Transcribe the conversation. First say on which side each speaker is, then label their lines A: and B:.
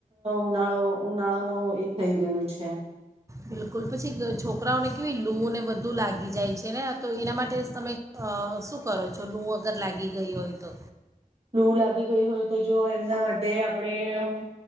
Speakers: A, on the right; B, on the right.
A: ઉનાળો ઉનાળાનો એ થઈ ગયો છે
B: બિલકુલ પછી છોકરાઓને કેવી લૂ ને બધું લાગી જાય છે ને તો એના માટે તમે શું કરો છો લૂ અગર લાગી ગઈ હોય તો
A: લૂ લાગી ગઈ હોય તો જો એમના માટે આપણે